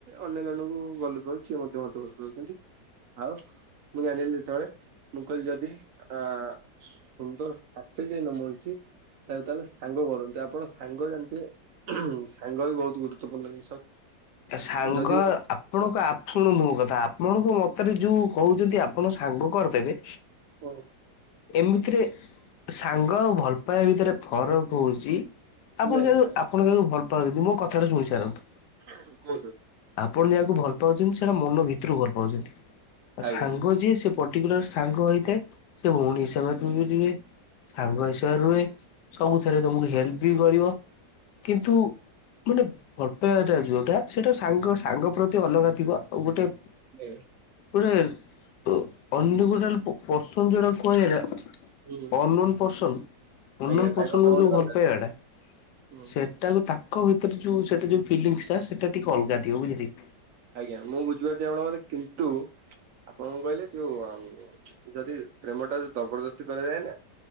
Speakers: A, on the right; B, on the left.
A: ଅନ୍ୟ ଜଣଙ୍କୁ ଭଲ ପାଉଛି ସିଏ ମଧ୍ୟ ମତେ ଭଲ ପାଉଛନ୍ତି। ଆଉ ମୁଁ ଜାଣିଲି ଯେତେବେଳେ ମୁଁ କହିଲି ଯଦି ଅ ସୁନ୍ଦର ସାଥି ଯେ ନ ମିଳୁଛି ତାଲେ ତାହେଲେ ସାଙ୍ଗ କରନନ୍ତୁ ଆପଣ ସାଙ୍ଗ ଯେମିତି ସାଙ୍ଗ ବି ବହୁତ ଗୁରୁତ୍ୱପୂର୍ଣ୍ଣ ଜିନିଷ।
B: ସାଙ୍ଗ
A: ଯଦି
B: ଆପଣଙ୍କ ଶୁଣନ୍ତୁ ମୋ କଥା ଆପଣଙ୍କ ମତରେ ଯୋଉ କହୁଛନ୍ତି ଆପଣ ସାଙ୍ଗ କରିଦେବେ
A: ହଁ।
B: ଏମିତିରେ ସାଙ୍ଗ ଆଉ ଭଲ ପାଇବା ଭିତରେ ଫରକ ହଉଛି। ଆପଣ
A: ନାଇଁ
B: ଯ ଆପଣ ଯାହାକୁ ଭଲ ପାଉଛନ୍ତି ମୋ କଥାଟା ଶୁଣି ସାରନ୍ତୁ।
A: ହଉ କୁହନ୍ତୁ।
B: ଆପଣ ଯାହାକୁ ଭଲ ପାଉଛନ୍ତି ସେଇଟା ମନ ଭିତରୁକୁ ଭଲ ପାଉଛନ୍ତି ଆଉ
A: ଆଜ୍ଞା
B: ସାଙ୍ଗ ଯିଏ ସେ ପର୍ଟିକୁଲାର ସାଙ୍ଗ ହେଇଥାଏ ସେ ଭଉଣୀ ହିସାବରେ ରୁହେ ସାଙ୍ଗ ହିସାବରେ ରୁହେ। ସବୁଥିରେ ତମକୁ ହେଲ୍ପ ବି କରିବ। କିନ୍ତୁ ମାନେ ଫଟୋଟା ଯୋଉଟା ସେଇଟା ସାଙ୍ଗ ସାଙ୍ଗ ପ୍ରତି ଅଲଗା ଥିବ ଆଉ ଗୋଟେ
A: ହ।
B: ଗୋଟେ ଅନ୍ୟ ଗୋଟେ ପର୍ସନ୍ଦ ଯୋଉଟା କୁହାଯାଲା
A: ହୁଁ।
B: ଅନ୍ନୋନ୍ ପର୍ସନ ଅନ୍ନୋନ୍
A: ଆଜ୍ଞା ତାଙ୍କ
B: ପର୍ସନକୁ
A: ପାଇଁ ମଧ୍ୟ
B: ଯୋଉ ଭଲ
A: ଅଲଗା
B: ପାଇବାଟା
A: ହୁଁ
B: ସେ ତା ତାଙ୍କ ଭିତରେ ଯୋଉ ସେଟା ଯୋଉ ଫିଲିଂସ୍ ଟା ସେଇଟା ଟିକେ ଅଲଗା ଥିବ ବୁଝିଲି।
A: ଆଜ୍ଞା ମୁଁ ବୁଝିପାରୁଛି ଆପଣଙ୍କ କିନ୍ତୁ ଆପଣ କହିଲେ ଯୋଉଁ ଯଦି ପ୍ରେମଟା ଜବରଦସ୍ତି କରାଯାଏ ନା